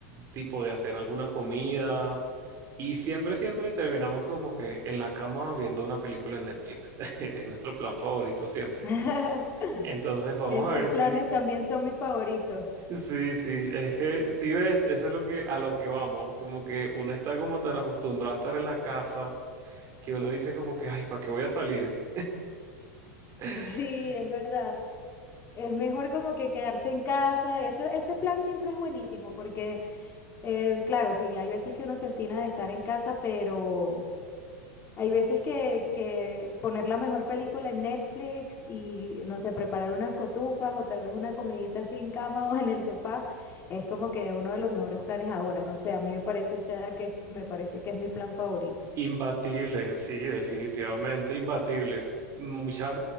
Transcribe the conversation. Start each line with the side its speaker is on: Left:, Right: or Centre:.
Right: tipo de hacer alguna comida y siempre, siempre terminamos como que en la cama viendo una película en Netflix. <laughs> Es nuestro plan favorito siempre.
Left: <laughs>
Right: Entonces vamos
Left: Esos
Right: a ver
Left: planes
Right: si,
Left: también son mis favoritos.
Right: sí, sí, es que si ves, eso es lo que a lo que vamos, como que uno está como tan acostumbrado a estar en la casa que uno dice como que, ay, ¿para qué voy a salir? <laughs>
Left: Sí, es verdad. Es mejor como que quedarse en casa. Ese, ese plan siempre es buenísimo porque, eh, claro, sí, hay veces que uno se obstina de estar en casa, pero hay veces que, que poner la mejor película en Netflix y, no sé, preparar unas cotufas o tal vez una comidita así en cama <laughs> o en el sofá es como que uno de los mejores planes ahora. No sé, a mí me parece esta edad que es- me parece que es mi plan favorito.
Right: Imbatible, sí, definitivamente imbatible. Muchas,